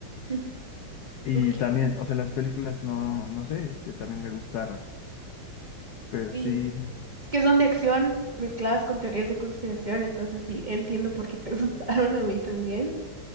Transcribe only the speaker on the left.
Y
también, o sea, las películas no, no sé, este, también me gustaron. Pero
sí,